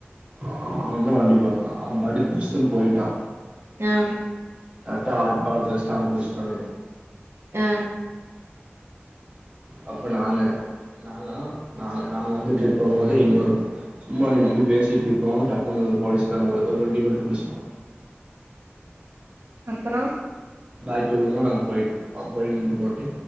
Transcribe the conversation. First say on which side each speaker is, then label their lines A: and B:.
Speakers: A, on the right; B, on the right.
A: அ அவன்தா வண்டி ஓட்னா அவ பாட்டுக்கு புஸ்ஸூன் போயிட்டா
B: அ
A: கர்க்ட ஆதிப்பாலத்ல வஷ்ட்டு அவன புடிஷ்ட்டானே
B: அ
A: அப்ப நாங்க நாங்கன்னா நாங்க நாங்க வந்து ட்ரிப் போம்போதே இன்னொரு சும்மா நின்டு பேசிட்ருக்கவு டப்புனு ஒரு போலீஸ்காரங்க ஒரு ஒரு வண்டிய மட்டு புடிஷ்ட்டா
B: அப்புறோ
A: பாக்கி உள்ளவங்களா நாங் போயிடோ அங்க போய் நின்ட்டு போட்டு